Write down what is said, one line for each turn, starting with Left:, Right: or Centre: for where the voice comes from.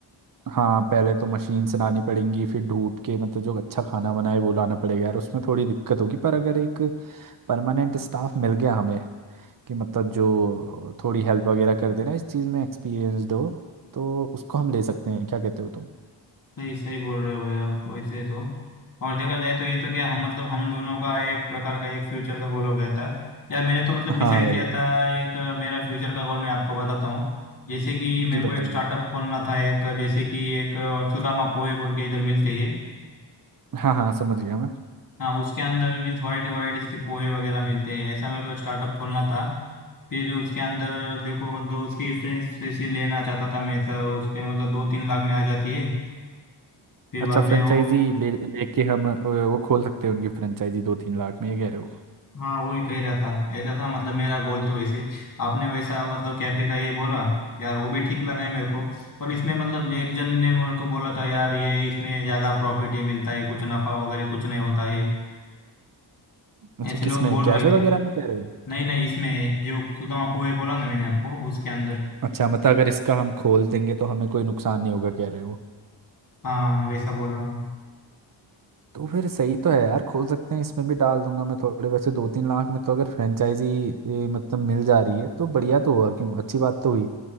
Right: हाँ पहले तो मशीन से लानी पड़ेंगी फिर ढूंढ के मतलब जो अच्छा खाना बनाए वो लाना पड़ेगा यार उसमें थोड़ी दिक्कत होगी पर अगर एक परमानेंट स्टाफ मिल गया हमें कि मतलब जो थोड़ी हेल्प वगैरह कर देना इस चीज़ में एक्सपीरियंसड हो तो उसको हम ले सकते हैं क्या कहते हो तुम
Left: सही सही बोल रहे हो भाई आप वैसे तो और देखा जाए तो ये तो क्या हम मतलब हम दोनों का एक प्रकार का एक फ्यूचर का गोल हो गया था यार मैंने तो मतलब
Right: हाँ
Left: डिसाइड
Right: भाई
Left: किया था एक अ, मेरा फ्यूचर का गोल मैं आपको बताता हूँ जैसे कि मेरे
Right: जी
Left: को
Right: बताइए
Left: एक स्टार्टअप खोलना था एक जैसे कि एक अ, सुदामा पोहे बोल के इधर मिलते हैं
Right: हाँ हाँ समझ गया मैं
Left: हाँ उसके अंदर मीन्स वैरायटी वैरायटीज के पोहे वगैरह मिलते हैं ऐसा मेरे को एक स्टार्टअप खोलना था फिर उसके अंदर देखो मतलब उसकी रेफरेंस लेना चाहता था मैं तो उसके मतलब दो तीन लाख में आ जाती है फिर
Right: अच्छा
Left: बाद
Right: फ्रेंचाइजी
Left: में वो
Right: ले लेके हम अ, वो खोल सकते हैं उनकी फ्रेंचाइजी दो तीन लाख में ये कह रहे हो
Left: हाँ वही कह रहा था ऐसा था मतलब मेरा गोल तो वैसे आपने वैसा मतलब कैफे का ये बोला यार वो भी ठीक लगा है मेरे को पर इसमें मतलब एक जन ने मेरे को बोला था यार ये इसमें ज्यादा प्रॉफिट ही मिलता है कुछ नफा वगैरह कुछ नहीं होता है
Right: अच्छा
Left: ऐसे
Right: किसमें
Left: लोग बोल
Right: कैफे
Left: रहे
Right: वगैरह
Left: थे
Right: में कह रहे हो
Left: नहीं नहीं इसमें जो सुदामा पोहे बोला ना मैंने आपको उसके अंदर
Right: अच्छा मतलब अगर इसका हम खोल देंगे तो हमें कोई नुकसान नहीं होगा कह रहे हो
Left: हाँ वैसा बोल रहा हूँ
Right: तो फिर सही तो है यार खोल सकते हैं इसमें भी डाल दूंगा मैं थोड़े वैसे दो तीन लाख में तो अगर फ्रेंचाइजी ये मतलब मिल जा रही है तो बढ़िया तो हुआ क्यों अच्छी बात तो हुई